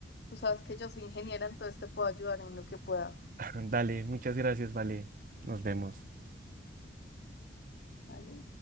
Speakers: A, on the left (about 60°); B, on the right (about 45°).
A: tú sabes que yo soy ingeniera, entonces te puedo ayudar en lo que pueda.
B: <laughs> Dale, muchas gracias, vale. Nos vemos.
A: Dale.